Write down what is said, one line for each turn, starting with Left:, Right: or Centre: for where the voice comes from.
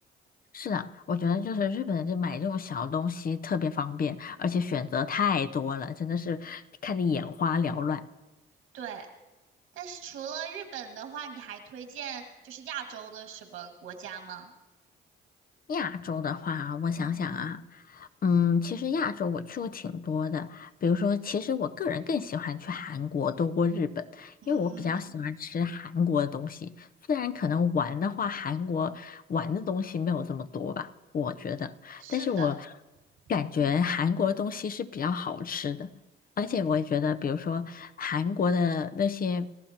Left: 是的，我觉得就是日本人就买这种小东西特别方便，而且选择太多了，真的是看得眼花缭乱。
Right: 对。但是除了日本的话，你还推荐就是亚洲的什么国家吗？
Left: 亚洲的话啊，我想想啊，
Right: 嗯
Left: 嗯，其实亚洲我去过挺多的，比如说，其实我个人更喜欢去韩国多过日本，
Right: 嗯，
Left: 因为我比较喜欢吃韩国的东西，虽然可能玩的话，韩国玩的东西没有这么多吧，我觉得，
Right: 是的，
Left: 但是我感觉韩国的东西是比较好吃的，
Right: 嗯。
Left: 而且我也觉得，比如说韩国的那些